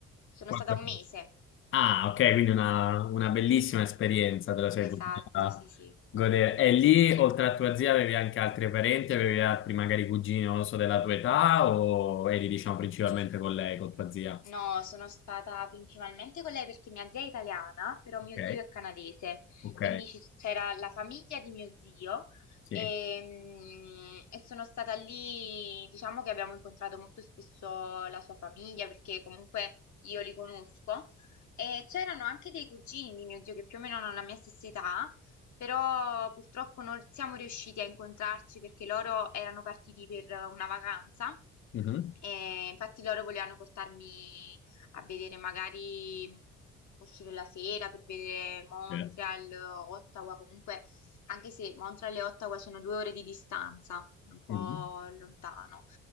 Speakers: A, on the left (about 65°); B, on the left (about 40°).
A: sono
B: Quanto?
A: stata un mese.
B: Ah, ok, quindi una, una bellissima esperienza te la sei
A: Esatto,
B: potuta
A: sì, sì.
B: godere. E lì, oltre a tua zia, avevi anche altri parenti, avevi altri magari cugini, non lo so, della tua età, o eri, diciamo, principalmente con lei, con tua zia?
A: No, sono stata principalmente con lei perché mia zia è italiana, però
B: Ok,
A: mio zio è canadese,
B: ok,
A: quindi ci- c'era la famiglia di mio zio
B: sì.
A: e, mm, e sono stata lì, diciamo che abbiamo incontrato molto spesso la sua famiglia perché comunque io li conosco e c'erano anche dei cugini di mio zio che più o meno hanno la mia stessa età però purtroppo non siamo riusciti a incontrarci perché loro erano partiti per una vacanza
B: Mhm.
A: e infatti loro volevano portarmi a vedere magari mh, uscire la sera per vedere Montreal,
B: Eh,
A: Ottawa, comunque anche se Montreal e Ottawa sono due ore di distanza, è un po'
B: Mhm.
A: lontano.